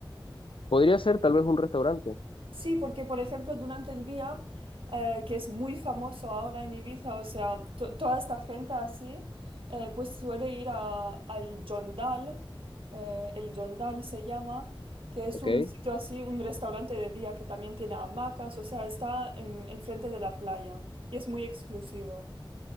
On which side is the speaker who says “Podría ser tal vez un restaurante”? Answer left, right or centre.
Left